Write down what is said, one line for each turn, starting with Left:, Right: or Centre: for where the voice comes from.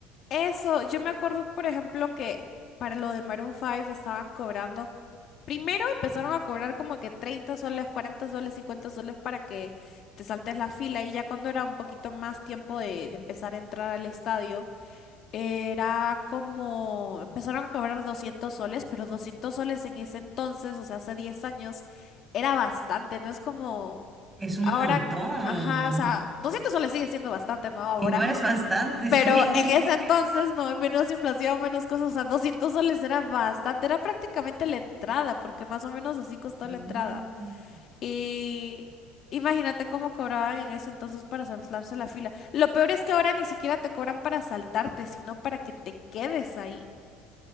Left: Eso, yo me acuerdo, por ejemplo, que para lo de Maroon 5 estaban cobrando, primero empezaron a cobrar como que 30 soles, 40 soles, 50 soles para que te saltes la fila y ya cuando era un poquito más tiempo de, de empezar a entrar al estadio, Era como, empezaron a cobrar 200 soles, pero 200 soles en ese entonces, o sea, hace 10 años, era bastante, no es como
Right: Es un
Left: ahora,
Right: montón.
Left: ajá, o sea, 200 soles sigue siendo bastante, ¿no? Ahora,
Right: Igual es bastante,
Left: pero
Right: sí.
Left: en ese entonces,
Right: <laughs>
Left: no, menos inflación, menos cosas, o sea, 200 soles era bastante, era prácticamente la entrada, porque más o menos así costó
Right: Mm,
Left: la entrada. Y imagínate cómo cobraban en ese entonces para saltarse la fila. Lo peor es que ahora ni siquiera te cobran para saltarte, sino para que te quedes ahí.